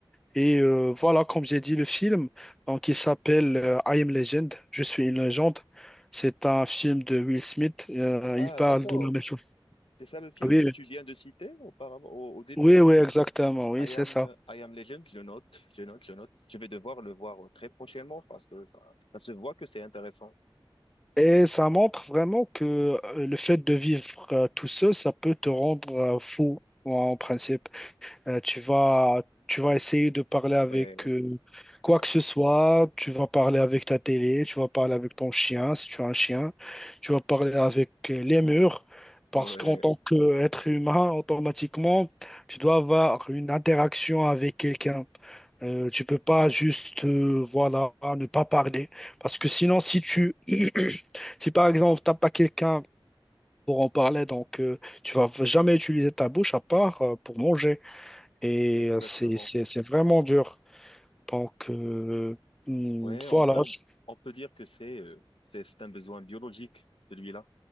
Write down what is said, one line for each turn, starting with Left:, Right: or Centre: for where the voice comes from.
Centre: Et euh, voilà, comme j'ai dit, le film, donc il s'appelle euh, I Am Legend, Je suis une légende. C'est un film de Will Smith. Euh,
Left: Ah,
Centre: il parle
Left: d'accord.
Centre: de la même chose.
Left: C'est ça le film
Centre: Oui,
Left: que
Centre: oui,
Left: tu viens de citer auparavant, au, au début?
Centre: oui, oui, exactement, oui,
Left: I
Centre: c'est
Left: am,
Centre: ça.
Left: I am Legend, je note, je note, je note. Je vais devoir le voir très prochainement parce que ça, ça se voit que c'est intéressant.
Centre: Et ça montre vraiment que euh, le fait de vivre euh, tout seul, ça peut te rendre euh, fou en principe. Euh, tu vas, tu vas essayer de parler avec
Left: Ouais,
Centre: euh, quoi
Left: ouais,
Centre: que ce soit. Tu vas parler avec ta télé, tu vas parler avec ton chien, si tu as un chien. Tu vas parler avec euh, les murs. Parce
Left: ouais,
Centre: qu'en tant qu'être humain, automatiquement, tu dois avoir une interaction avec quelqu'un. Euh, tu peux pas juste euh, voilà, ne pas parler. Parce que sinon, si tu <clears throat> si par exemple, tu n'as pas quelqu'un pour en parler, donc euh, tu vas jamais utiliser ta bouche à part euh, pour manger. Et
Left: Exactement.
Centre: euh, c'est, c'est, c'est vraiment dur. Donc, euh, hmm,
Left: Ouais, on,
Centre: voilà,
Left: peut- on,
Centre: je-
Left: on peut dire que c'est, euh, c'est, c'est un besoin biologique, celui-là.